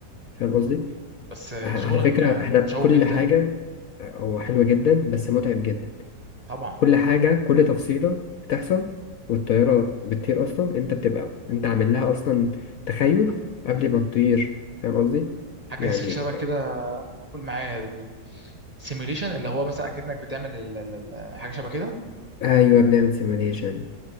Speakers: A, on the left; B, on the right.
A: فاهم قصدي
B: بس آه،
A: ع-
B: شغلك
A: على فكره
B: آه،
A: احنا
B: مشوق
A: كل
B: جدا
A: حاجه أه، هو حلوه جدا بس متعب جدا
B: طبعا
A: كل حاجه كل تفصيله بتحصل والطياره بتطير اصلا انت بتبقى انت عامل لها اصلا تخيل قبل ما تطير فاهم قصدي
B: حاجه
A: يعني
B: <laughs> شبه كده قول معايا السيميوليشن اللي هو مثلا اكيد انك بتعمل ال- ال- ال- حاجه شبه كده
A: ايوه بنعمل سيميوليشن